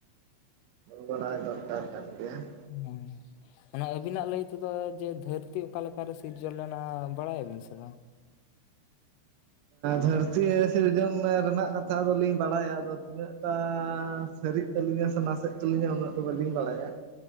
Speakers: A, on the right (about 80°); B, on the left (about 85°).
A: ᱵᱟᱲᱟᱭ ᱫᱚᱨᱠᱟᱨ ᱠᱟᱱ ᱜᱮᱭᱟ ᱾
B: ᱦᱮᱸ ᱾ ᱚᱱᱟ ᱟᱹᱵᱤᱱᱟᱜ ᱞᱟᱹᱭ ᱛᱮᱫᱚ ᱡᱮ ᱫᱷᱟᱹᱨᱛᱤ ᱚᱠᱟᱞᱮᱠᱟᱨᱮ ᱥᱤᱨᱡᱚᱱ ᱞᱮᱱᱟ ᱵᱟᱲᱟᱭᱟᱵᱤᱱ ᱥᱮ ᱵᱟᱝ?
A: ᱫᱷᱟᱹᱨᱛᱤ ᱥᱤᱨᱡᱚᱱ ᱨᱮᱱᱟᱜ ᱠᱟᱛᱷᱟ ᱫᱚᱞᱤᱧ ᱵᱟᱲᱟᱭᱟ ᱟᱫᱚ ᱛᱤᱱᱟᱹᱜ ᱴᱟ ᱥᱟᱹᱨᱤᱜ ᱛᱟᱹᱞᱤᱧᱟ ᱥᱮ ᱱᱟᱥᱮᱜ ᱛᱟᱹᱞᱤᱧᱟ ᱩᱱᱟᱹᱜ ᱫᱚ ᱵᱟᱹᱞᱤᱧ ᱵᱟᱲᱟᱭᱟ ᱾